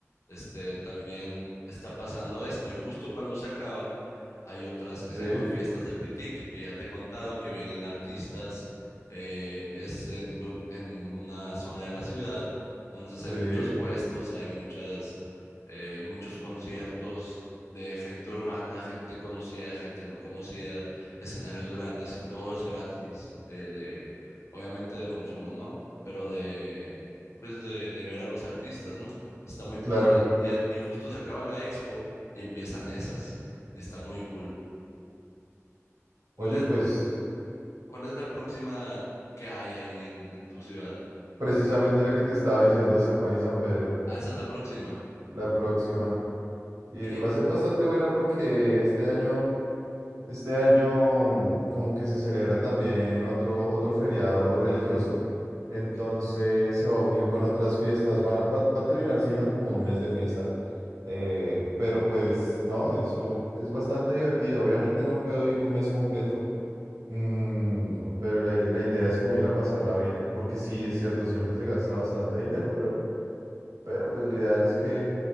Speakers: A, on the left; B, on the right.
A: Este, también está pasando esto y justo cuando se acaba hay otras que
B: Sí,
A: se llaman Fiestas del Pitic, que ya te he contado, que vienen artistas, eh, es en, dur- en una zona de la ciudad, entonces
B: sí,
A: hay muchos puestos, hay muchas, eh, muchos conciertos de gente urbana, gente conocida, gente no conocida, escenarios grandes y todo es gratis, eh, obviamente de consumo no, pero de, pues de, de ver a los artistas, ¿no? Está muy padre.
B: claro.
A: Y, e- y justo se acaba la expo y empiezan esas, y está muy cool. ¿Cuál
B: Oye,
A: es,
B: pues
A: cuál es la próxima que hay ahí en, en tu ciudad?
B: precisamente
A: De...
B: lo que te estaba diciendo San Juan y San Pedro,
A: Ah, esa es la próxima.
B: la próxima. Y
A: ¿Qué?
B: y va a ser bastante buena porque este año... Este año mm, como que se celebra también otro, otro feriado religioso, entonces
A: Ok.
B: se va a unir con otras fiestas, va, va- va a terminar siendo como un mes de fiesta. eh, pero pues no, eso es bastante divertido. Obviamente no puedo ir un mes completo, mm, pero la, i- la idea es como ir a pasarla bien, porque sí, es cierto, siempre se gasta bastante dinero, pero... Pero pues lo ideal es que,